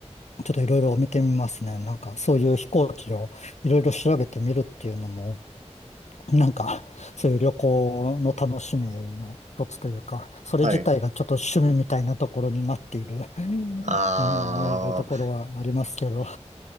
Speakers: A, on the left; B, on the right.
A: ちょっといろいろ見てみますね。なんか、そういう飛行機をいろいろ調べてみるっていうのも、<laughs> なんか、そういう旅行の楽しみの一つというか、それ自体がちょっと趣味みたいなところになっている、
B: はい。
A: <laughs> うん、
B: あー、
A: うんいうところはありますけど、